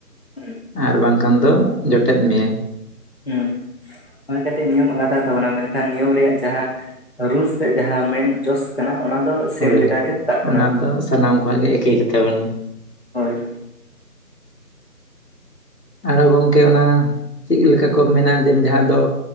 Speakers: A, on the left; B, on the left.
A: <inaudible>
B: ᱦᱩᱸ
A: ᱟᱨ ᱵᱟᱝᱠᱷᱟᱱ ᱫᱚ ᱡᱚᱴᱮᱫ ᱢᱮᱭᱟᱭ ᱾
B: ᱦᱩᱸ ᱾ <inaudible> ᱦᱩᱭ ᱠᱟᱹᱴᱤᱡ ᱱᱤᱭᱚᱢ ᱟᱞᱟᱫᱟ ᱜᱮ ᱛᱟᱵᱚᱱᱟ, ᱢᱮᱱᱠᱷᱟᱱ ᱱᱤᱭᱚᱢ ᱨᱮᱭᱟᱜ ᱡᱟᱦᱟᱸ ᱨᱩᱞᱥ ᱛᱮᱜ ᱡᱟᱦᱟᱸ ᱢᱮᱹᱱ ᱡᱚᱥ ᱠᱟᱱᱟ ᱚᱱᱟ ᱫᱚ ᱥᱮᱢ
A: ᱦᱳᱭ
B: ᱞᱮᱠᱟᱜᱮ
A: ᱾ <inaudible>
B: ᱪᱟᱞᱟᱜ ᱠᱟᱱᱟ
A: ᱚᱱᱟ ᱫᱚ ᱥᱟᱱᱟᱢ ᱠᱚᱣᱟᱜ ᱜᱮ ᱮᱠᱮ ᱜᱮ ᱛᱟᱵᱚᱱᱟ ᱾
B: ᱦᱳᱭ ᱾
A: ᱟᱨᱦᱚ ᱜᱚᱢᱠᱮ ᱚᱱᱟ ᱪᱤᱫ ᱞᱮᱠᱟ ᱠᱚ ᱢᱮᱱᱟ <unintelligible> ᱡᱟᱦᱟ ᱫᱚ